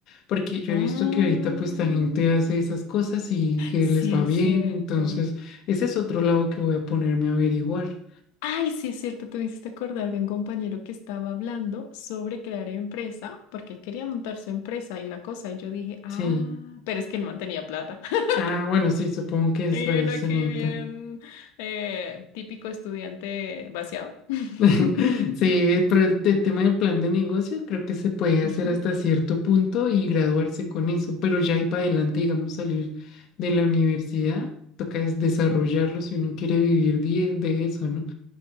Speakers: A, on the left; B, on the left.
A: porque yo
B: Ah,
A: he visto que ahorita pues la gente hace esas cosas y que
B: sí
A: les va
B: es
A: bien,
B: cierto.
A: entonces ese es otro lado que voy a ponerme a averiguar.
B: Ay, sí, es cierto, te me hiciste acordar de un compañero que estaba hablando sobre crear empresa, porque él quería montar su empresa y la cosa, y yo dije, ah,
A: Sí.
B: pero es que él no tenía plata. <laughs>
A: Ah, bueno, sí, supongo que es
B: Y
A: para
B: uno
A: eso,
B: aquí
A: Anita.
B: bien eh, típico estudiante vaciado. <laughs>
A: <laughs> Sí, pero el, te- tema del plan de negocio creo que se puede
B: Ujú.
A: hacer hasta cierto punto y graduarse con eso, pero ya y para adelante, digamos, salir de la universidad, toca es desarrollarlo si uno quiere vivir die- de, eso, ¿no?